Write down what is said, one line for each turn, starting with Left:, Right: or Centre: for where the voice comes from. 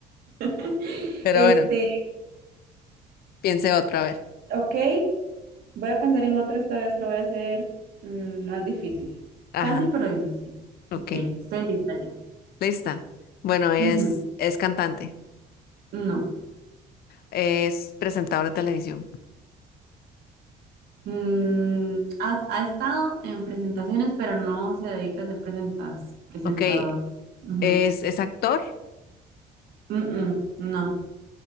Right: <laughs>
Left: Pero
Right: Este,
Left: bueno, piense otra vez.
Right: ok. Voy a pensar en otro, esta vez lo voy a hacer mm, más difícil.
Left: Ajá.
Right: Fácil pero difícil.
Left: Ok.
Right: Ok, estoy lista ya.
Left: Lista. Bueno, es,
Right: Ujú,
Left: es cantante.
Right: No.
Left: Es presentador de televisión.
Right: Mm, ha, ha estado en presentaciones, pero no se dedica a ser presentas, presentado.
Left: Ok.
Right: Ujú.
Left: Es, es actor.
Right: Mm, mm, no.